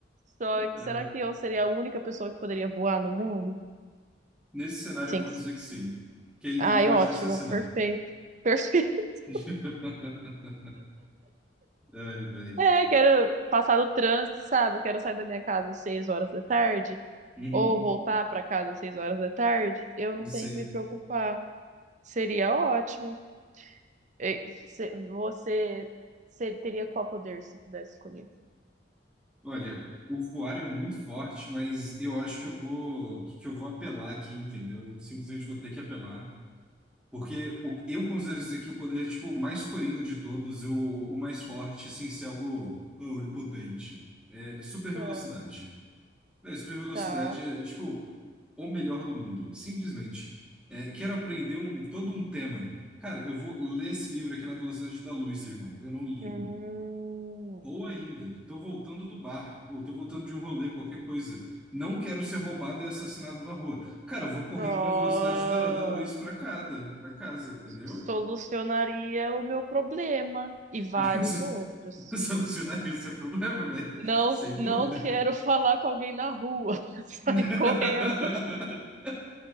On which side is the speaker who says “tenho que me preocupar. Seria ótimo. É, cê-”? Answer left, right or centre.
Right